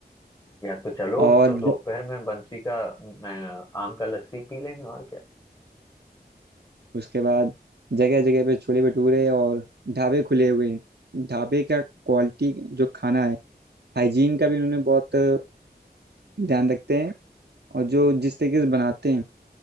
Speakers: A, on the left (about 20°); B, on the right (about 75°).
A: यार तो चलो
B: और
A: तो दोपहर
B: ज-
A: में बंसी का मैं आम का लस्सी पी लेंगे और क्या
B: उसके बाद जगह जगह पे छोले भटूरे और ढाबे खुले हुए हैं ढाबे का क्वालिटी जो खाना है हाइजीन का भी उन्होंने बहुत ध्यान रखते हैं और जो जिस तरीके से बनाते हैं